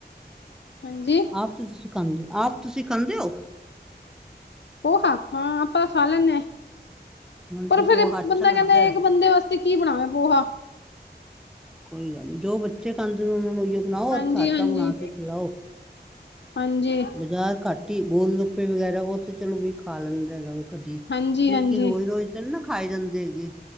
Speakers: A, on the left; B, in the centre.
A: ਹਾਂਜੀ
B: ਆਪ ਤੁਸੀਂ ਸਖਾਂਦੇ ਹੋ ਆਪ ਤੁਸੀਂ ਖਾਂਦੇ ਓ?
A: ਪੋਹਾ ਹਾਂ ਆਪਾਂ ਖਾ ਲੈਂਨੇ।
B: ਮੈਨੂੰ
A: ਪਰ
B: ਤੇ
A: ਫਿਰ
B: ਪੋਹਾ ਅੱਛਾ
A: ਬੰਦਾ
B: ਲੱਗਦਾ
A: ਕਹਿੰਦਾ
B: ਹੈ
A: ਇੱਕ ਬੰਦੇ ਵਾਸਤੇ ਕੀ ਬਣਾਵੇ ਪੋਹਾ।
B: ਕੋਈ ਗੱਲ ਨੀ ਜੋ ਬੱਚੇ ਖਾਂਦੇ ਨੇ ਉਹਨਾਂ ਨੂੰ ਉਹੀਓ ਬਣਾਓ
A: ਹਾਂਜੀ
B: ਔਰ ਘਰ
A: ਹਾਂਜੀ
B: ਦਾ ਬਣਾ ਕੇ ਖਿਲਾਓ।
A: ਹਾਂਜੀ।
B: ਬਜ਼ਾਰ ਘੱਟ ਈ ਗੋਲ ਗੁੱਪੇ ਵਗੈਰਾ ਓ ਤੇ ਚਲੋ ਵੀ ਖਾ ਲੈਂਦਾ ਹੈਗਾ ਵੀ। ਕਦੀ
A: ਹਾਂਜੀ
B: ਲੇਕਿਨ
A: ਹਾਂਜੀ
B: ਰੋਜ਼-ਰੋਜ਼ ਤੇ ਨੀ ਨਾ ਖਾਏ ਜਾਂਦੇ ਹੈਗੇ